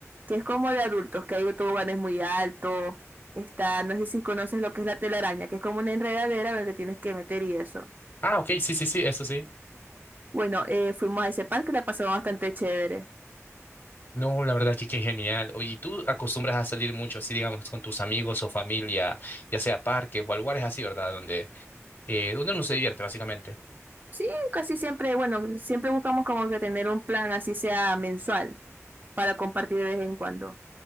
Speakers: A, on the right (about 35°); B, on the left (about 45°).
A: que es como de adultos, que hay toboganes muy altos. Está, no sé si conoces lo que es la telaraña, que es como una enredadera donde te tienes que meter y eso.
B: Ah, ok, sí, sí, sí, eso sí.
A: Bueno, eh, fuimos a ese parque, la pasamos bastante chévere.
B: No, la verdad que qué genial. Oye, ¿y tú acostumbras a salir mucho así, digamos, con tus amigos o familia, ya sea a parques o a lugares así, ¿verdad? Donde, eh, donde uno se divierte, básicamente.
A: Sí, casi siempre, bueno, siempre buscamos como que tener un plan así sea mensual para compartir de vez en cuando.